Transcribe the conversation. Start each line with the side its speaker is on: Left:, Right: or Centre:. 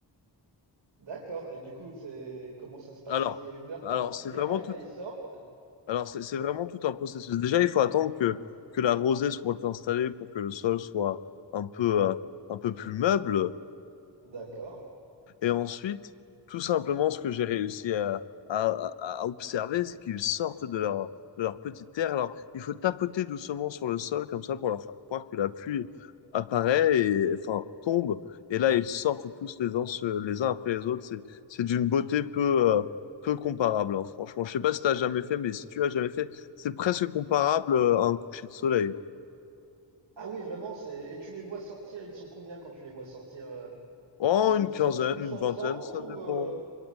Right: D'accord. Et du coup, c'est comment ça se passe?
Left: Alors,
Right: Il y a une heure
Left: alors
Right: particulière
Left: c'est vraiment
Right: à laquelle
Left: tout,
Right: ils sortent?
Left: alors c'est c'est vraiment tout un processus. Déjà, il faut attendre que, que la rosée soit installée pour que le sol soit un peu, euh, un peu plus meuble.
Right: D'accord.
Left: Et ensuite, tout simplement, ce que j'ai réussi à, à- à- à observer, c'est qu'ils sortent de leur, de leur petite terre. Alors, il faut tapoter doucement sur le sol, comme ça, pour leur faire croire que la pluie apparaît et, enfin, tombe. Et là, ils sortent tous les uns, se- les uns après les autres. C'est, c'est d'une beauté peu, euh, peu comparable, hein, franchement. Je sais pas si tu as jamais fait, mais si tu as jamais fait, c'est presque comparable euh, à un coucher de soleil. hein.
Right: Ah oui, vraiment, c'est. Et tu les vois sortir, ils sont combien quand tu les vois sortir? euh,
Left: Oh,
Right: Ils
Left: une
Right: ils
Left: quinzaine,
Right: sortent tous
Left: une
Right: ensemble
Left: vingtaine, ça
Right: ou
Left: dépend.
Right: euh,